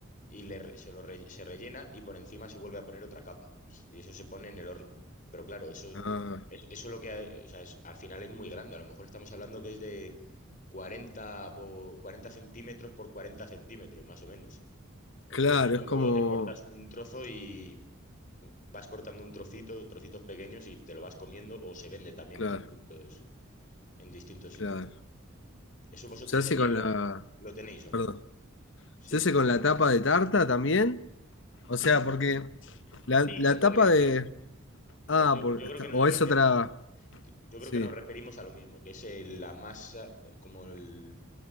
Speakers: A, on the left; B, on the left.
A: y le re- se lo re- se rellena y por encima se vuelve a poner otra capa. Y eso se pone en el horno. Pero claro, eso,
B: Ah,
A: es- eso lo que, hay- o sea, es- al final es muy grande. A lo mejor estamos hablando que es de 40 por, 40 centímetros por 40 centímetros, más o menos. Entonces
B: claro,
A: eso
B: es como...
A: luego te cortas un trozo y vas cortando un trocito, trocitos pequeños y te lo vas comiendo o se vende también
B: Claro,
A: en distintos, en distintos sitios.
B: claro.
A: ¿Eso vosotros
B: ¿Se hace
A: allí
B: con
A: lo,
B: la...
A: lo tenéis o
B: Perdón.
A: no? Sí,
B: ¿Se hace con la tapa de tarta también? O sea, porque la,
A: sí,
B: la
A: se podría
B: tapa de...
A: hacer.
B: Ah,
A: Pues Yo,
B: por-
A: yo
B: está-
A: creo que nos
B: o
A: refer-
B: es otra...
A: yo
B: Sí.
A: creo que nos referimos a lo mismo, que es el- la masa, como el-